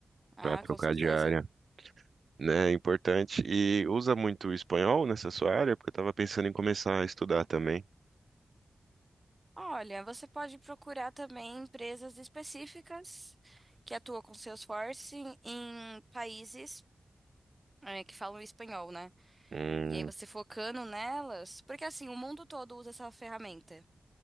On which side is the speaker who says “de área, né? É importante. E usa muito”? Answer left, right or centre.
Right